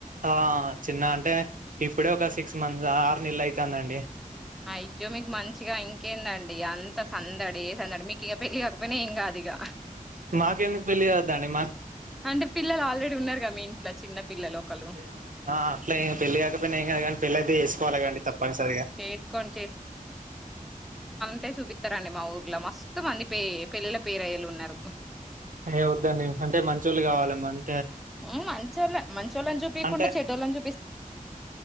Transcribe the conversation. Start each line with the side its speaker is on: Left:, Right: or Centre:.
Right: ఆ చిన్న అంటే ఇప్పుడే ఒక సిక్స్ మంత్స్ ఆరు నేలైతంది అండి
Centre: ఆయ్యొ మిక్ మన్ చిగా ఇంకేందండి అంత సందడే ఏ సందడి మీకు ఇగ పెళ్ళి కాకపోయినా ఏం కాదు ఇగ
Right: మాకేందుకు పెళ్లి కావొద్దండి మాక్
Centre: అంటే పిల్లలు ఆల్రెడీ ఉన్నారుగా మీ ఇన్ ట్ల చిన్న పిల్లలు ఒకళ్ళు
Right: అంటే ఆ అట్లా ఏం పెళ్ళి కాకపోయినా ఏం కాదు కానీ పెళ్ళి అయితే వసుకోవాలి కాదండి తప్పనిసరిగా
Centre: చేసుకోండి అంటే చూపిత్తరండి మా ఊర్ల మస్తు మంది పే పెళ్ళిల్ల పేరయ్యలున్నారు
Right: ఏ వోద్దండి అంటే మంచోళ్ళు కావాలే మన్
Centre: హు మంచోళ్ళే మంచోళ్లను చూపియకుండా
Right: అంటే
Centre: చెడ్డోళ్ళను చూపిస్